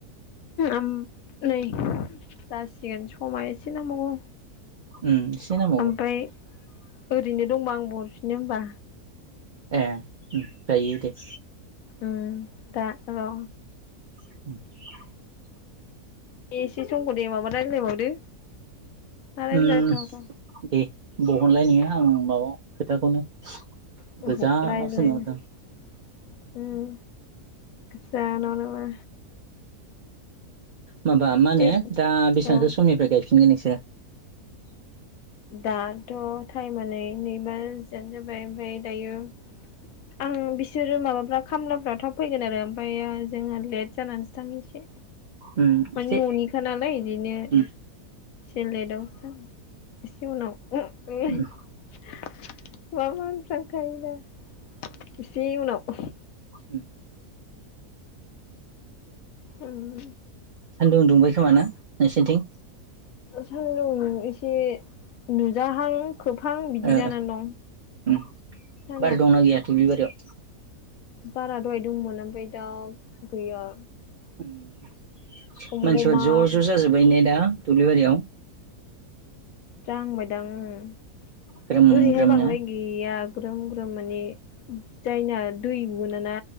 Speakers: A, on the left; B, on the right.
A: ओ नै जासिगोन समा एसे नांबावगौ
B: उम एसे नांबावगौ।
A: ओमफ्राय ओरैनो दंबा आं हरफिनो ओनबा।
B: ए जायो दे
A: ओम दा र
B: <inaudible>
A: बे एसे समखौ दे माबा रायलायबावदो मा रायलायथाव?
B: उम दे बहनलाय नोङो आं माबा खोथाखौनो गोजानावसो
A: उम हो रायज्लायनो
B: नुहरदों
A: उम जोंहा नावना मा?
B: माबा मा होनो
A: ए
B: दा बेसेबांसो
A: औ
B: समनिफ्राय गायफिनगोन नोंसो <unintelligible>
A: दाथ' टाइमानो नै नैबाजियानो जाबाय ओमफाय दायो आं बिसोरो माबाफ्रा खामलाफ्राव थाब फैगोन आरो ओमफ्राय जोङो लेट जानानैसो थाङो एसे
B: उम
A: मानि
B: एसे
A: न'निखा नालाय इदिनो
B: उम
A: एसे लाबावनो एसे उनाव <unintelligible>
B: उम
A: मामा होनफ्लांखायो दा एसे उनाव
B: उम
A: उम
B: सान्दुं दुंबाय खोमा ना नोंसोरनिथिं?
A: सानदुं एसे नुजाहां खोबहां बिदि
B: ओ
A: जानानै दं
B: उम
A: साना
B: बार दंना गैया दुब्लि बारियाव
A: बारा दहाय दंमोन ओमफाय दा गैया।
B: मानसिफोरा
A: गम गमा
B: ज' ज' जाजोबाय नेे दा दुब्लि बारियाव।
A: जाहां बायदां उम
B: ग्रोम
A: ओरैहाय
B: ग्रोमनो
A: बांद्राय गैया ग्रोम ग्रोम माने जायना दै मोनाना।